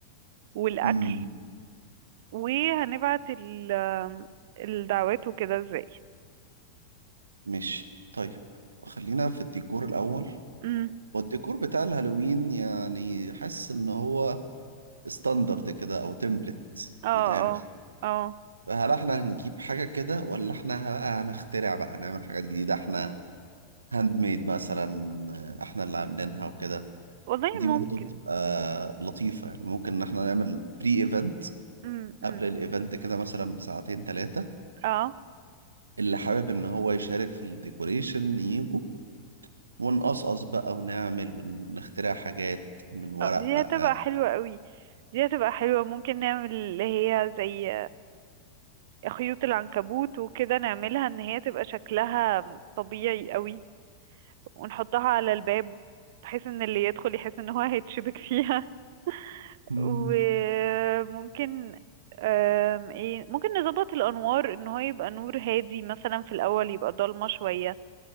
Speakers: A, on the right (about 50°); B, on the right (about 75°).
A: والأكل
B: امم
A: وهنبعت ال الدعوات وكده ازاي
B: ماشي طيب خلينا في الديكور الأول
A: امم
B: والديكور بتاع الهالوين يعني حاسس إن هو ستاندرد كده أو تمبلت
A: اه
B: بيتعمل
A: اه اه
B: فهل احنا هنجيب حاجة كده ولا احنا بقى هنخترع بقى نعمل حاجات جديدة احنا هاند ميد مثلا آه، احنا اللي عاملينها وكده
A: والله
B: دي برضه
A: ممكن
B: بتبقى لطيفة يعني ممكن ان احنا نعمل بري ايفنت
A: امم امم
B: قبل الايفنت كده مثلا بساعتين ثلاثة
A: اه
B: اللي حابب ان هو يشارك في الديكوريشن ييجوا ونقصقص بقى ونعمل ونخترع حاجات من ورق
A: آه، دي
B: بقى
A: هتبقى حلوة قوي دي هتبقى حلوة ممكن نعمل اللي هي زي خيوط العنكبوت وكده نعملها ان هي تبقى شكلها طبيعي قوي ونحطها على الباب بحيث ان اللي يدخل يحس ان هو هيتشبك فيها
B: مم.
A: وممكن آم، ايه ممكن نظبط الانوار ان هو يبقى نور هادي مثلا في الاول يبقى ضلمه شويه